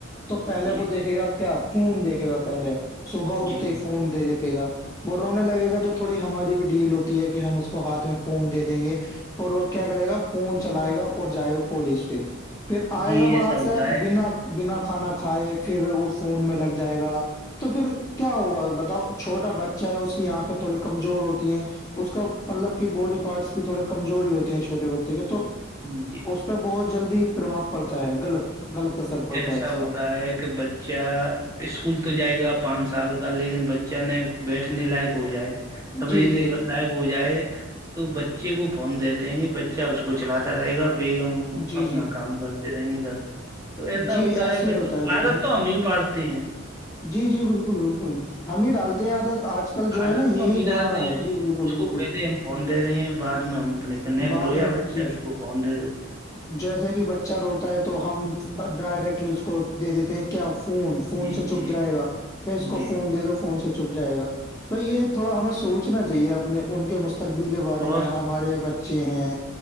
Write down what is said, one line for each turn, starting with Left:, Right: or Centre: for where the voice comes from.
Left: تو پہلے
Right: جی
Left: وہ دیکھے گا کیا فون دیکھے گا پہلے صبح اٹھتے
Right: جی
Left: فون د دکھے گا وہ رونے لگے گا تو تھوڑی ہماری بھی ڈیل ہوتی ہے کہ ہم اس کو ہاتھ میں فون دے دیں گے اور وہ کیا کرے گا فون چلائے گا اور جائے گا کالج پھر پھر آئے
Right: جی
Left: گا وہاں
Right: ایسا ہوتا
Left: سے
Right: ہے
Left: بنا بنا کھانا کھائے پھر وہ فون میں لگ جائے گا تو پھر کیا ہوگا بتاؤ چھوٹا بچہ ہے اس کی آنکھیں تھوڑی کمزور ہوتی ہیں اس کا مطلب کہ باڈی پارٹس بھی تھوڑے کمزوری ہوتے ہیں چھوٹے بچے کے تو
Right: ہمم جی
Left: اس پہ بہت جلدی پرباؤ پڑتا ہے غلط غلط اثر پڑتا
Right: ایسا
Left: ہے اس
Right: ہوتا
Left: کا
Right: ہے کہ بچے بچا اسکول تو جائے گا پانچ سال کا لیکن بچہ ن بیٹھنے لائق ہو جائے سمج
Left: جی جی
Right: نہیں لائک ہو جائے تو بچے کو فون دے دیں گے بچہ اس کو چلاتا رہے گا بیگم
Left: جی
Right: اپنا
Left: جی
Right: کام کرتے رہیں گے تو ایسا
Left: جی
Right: ہوتا
Left: ایسے
Right: ہے
Left: ہی
Right: بچوں
Left: ہوتا
Right: کو
Left: بھائی
Right: عادت
Left: جان
Right: تو ہم ہی پڑتے ہیں
Left: جی جی بالکل بالکل ہم ہی ڈالتے ہیں یہاں تک آج کل جو
Right: عادت
Left: ہے نا یہی
Right: تو ہم ہی
Left: زمانہ
Right: ڈال رہے
Left: ہے
Right: ہیں
Left: جی بالکل
Right: اس
Left: بالکل
Right: کو پہلے ہم فون دے رہے ہیں بعد میں ہم اپنے ک
Left: بعد
Right: رویا
Left: ہم-
Right: بچہ
Left: جی
Right: اس کو اس کو فون دے دے
Left: جیسے کہ بچہ روتا ہے تو ہم ڈائریکٹلی اس کو دے دیتے ہیں کیا فون فون
Right: جی
Left: سے چپ
Right: جی
Left: جائے گا کہ اس کو
Right: جی
Left: فون دے دو فون سے چپ جائے گا تو یہ تھوڑا ہمیں سوچنا چاہیے اپنے ان کے مستقبل کے بارے
Right: اور
Left: میں ہمارے بچے ہیں